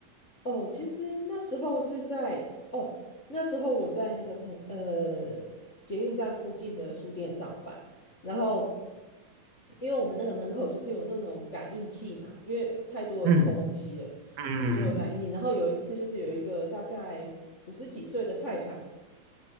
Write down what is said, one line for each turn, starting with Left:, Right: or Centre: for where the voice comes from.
Left: 哦，其实那时候是在哦，那时候我在那个城呃捷运站附近的书店上班，然后因为我们那个门口就是有那种感应器嘛，因为太多人偷东西了，
Right: 嗯嗯嗯
Left: 对，就有感应器然后有一次就是有一个大概五十几岁的太太。